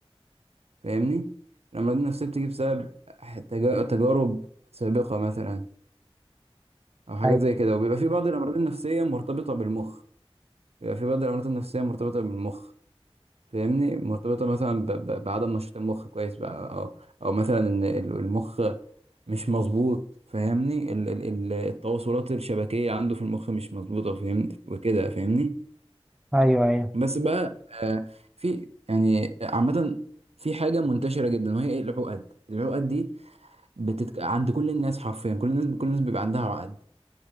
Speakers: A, on the right; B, in the centre.
A: فاهمني؟ الأمراض النفسية بتيجي بسبب تجا- تجارب سابقة مثلا أو حاجات
B: أيوه
A: زي كده وبيبقى في بعض الأمراض النفسية مرتبطة بالمخ بيبقى في بعض الأمراض النفسية مرتبطة بالمخ فاهمني؟ مرتبطة مثلا ب... ب... بعدم نشاط المخ كويس بقى أو أو مثلا إن ال- المخ مش مظبوط فاهمني ال ال ال- التواصلات الشبكية عنده في المخ مش مظبوطة فهمت وكده فاهمني
B: أيوه أيوه
A: بس بقى آه في يعني عامة في حاجة منتشرة جدا وهي ايه العقد العقد دي بتتك... عند كل الناس حرفيا كل الناس كل الناس بيبقى عندها عقد